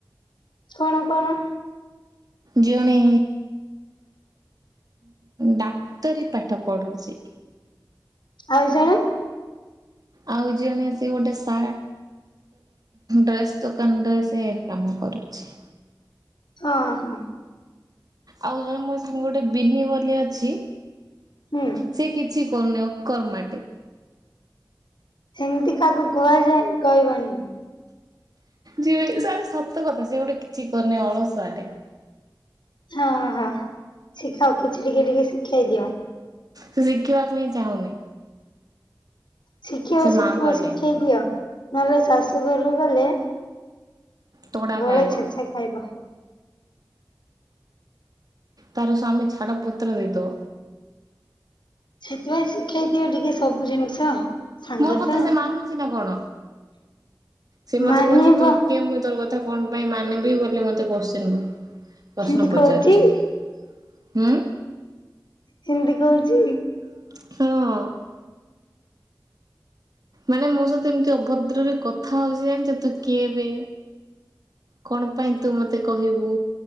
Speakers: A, on the left; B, on the right.
A: କଣ କଣ
B: ଜଣେ ଡାକ୍ତରୀ ପାଠ ପଢ଼ୁଚି।
A: ଆଉ ଜାଣେ?
B: ଆଉ ଜ ଜଣେ ସେ ଗୋଟେ ସା ଡ୍ରେସ୍ ଦୋକାନରେ ସେ କାମ କରୁଚି।
A: ହଁ ହଁ।
B: ଆଉ ଜଣେ ମୋ ସାଙ୍ଗେ ବିିନି ବୋଲି ଅଛି
A: ହୁଁ।
B: ସେ କିଛି କରୁନି ଅକର୍ମା।
A: ସେମିତି କାହାକୁ କୁହାଯାଏ କହିବନି।
B: ଯି ସତ କଥା ସେଏ ଗୋଟେ କିଛି କରିନି ଅଳସୁଆଟେ।
A: ହଁ ହଁ ଶିଖାଅ କିଛି ଟିକେ ଟିକେ ଶିଖେଇ ଦିଅ।
B: ସେ ଶିଖିବାକୁ ପାଇଁଁ ଚାହୁଁନି।
A: ଶିଖିବ
B: ସେ
A: ଶିଖିବ
B: ମାଡୁଆଟେ
A: ଶିଖେଇ ଦିଅ ନହେଲେ ଶାଶୁଘରୁ ଗଲେ
B: ତୋଡ଼ା
A: ବଳେ
B: ଖାଇବ।
A: ଛେଚା ଖାଇବ।
B: ତାର ସ୍ୱାମୀ ଛାଡ ପୁତ୍ର ଦେଇଦେବ।
A: ସେଥିପାଇଁ ଶିଖେଇ ଦିଅ ଟିକେ ସବୁ ଜିନିଷ। ସାଙ୍ଗ
B: ମୋର କଥା
A: ତ ଆଉ
B: ସେ ମାନୁଛି ନା କଣ? ସେ ମତେ
A: ମାନିବ
B: କହୁଛି ତୁ କିଏ ମୁଇଁ ତୋର କଥା କଣ ପାଇଁ ମାନିବି ବୋଲି ମତେ କୋଶ୍ଚିନ୍ ପ୍ରଶ୍ନ
A: ଏମିତି
B: ପଚାରୁଛି।
A: କହୁଛି
B: ଉଁ?
A: ହିନ୍ଦୀ କହୁଛି?
B: ହଁ। ମାନେ ମୋ ସହିତ ଏମିତି ଅଭଦ୍ରରେ କଥା ହଉଛି ଜାଣିଛ ତୁ କିଏବେ କଣ ପାଇଁ ତୁ ମତେ କହିବୁ